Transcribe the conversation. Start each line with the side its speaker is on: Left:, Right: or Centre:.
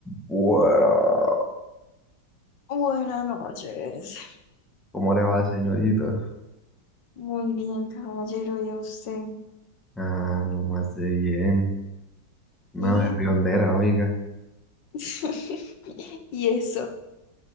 Centre: Buenas.
Left: Buenas noches.
Centre: ¿Cómo le va, señorita?
Left: Muy bien, caballero, ya usted.
Centre: Ah, lo más de bien. Una
Left: Y,
Centre: berriondera, oiga.
Left: <laughs> y eso.